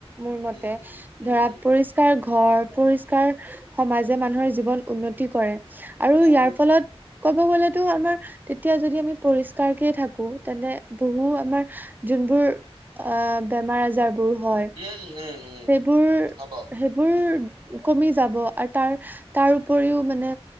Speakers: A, on the right; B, on the right.
A: মোৰ মতে
B: উম উম
A: ধৰা পৰিষ্কাৰ ঘৰ পৰিস্কাৰ সমাজে মানুহৰ জীৱন উন্নতি কৰে আৰু ইয়াৰ
B: উম উম উম
A: ফলত ক'ব গ'লে টো আমাৰ তেতিয়া যদি আমি পৰিষ্কাৰকে থাকো তেন্তে বহু আমাৰ যোনবোৰ আ বেমাৰ আজাৰ হয়
B: উম উম
A: সেইবোৰ
B: উম হ'ব
A: সেইবোৰ
B: উম
A: কমি যাব আৰু তাৰ তাৰ উপৰিও মানে